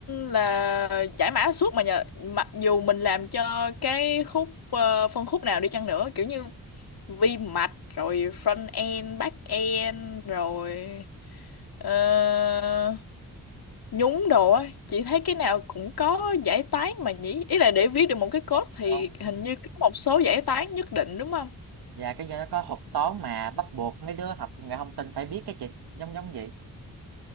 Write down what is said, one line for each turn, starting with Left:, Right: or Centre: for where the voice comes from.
Left: là giải mã suốt mà nhờ mặc dù mình làm cho cái khúc ờ, phân khúc nào đi chăng nữa kiểu như vi mạch rồi front end back end rồi ờ, nhúng đồ á chị thấy cái nào cũng có giải toán mà nhỉ ý là để viết được một cái code thì
Right: đúng
Left: hình như có một số giải toán nhất định đúng không
Right: và cái do nó có học toán mà bắt buộc mấy đứa học công nghệ thông tin phải biết cái chị giống giống vậy